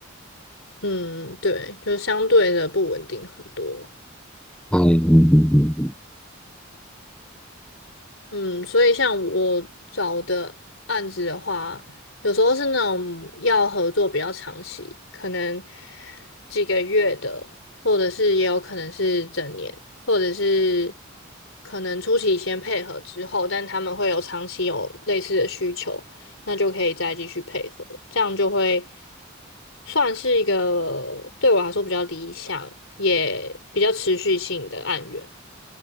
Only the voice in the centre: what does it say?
嗯，嗯嗯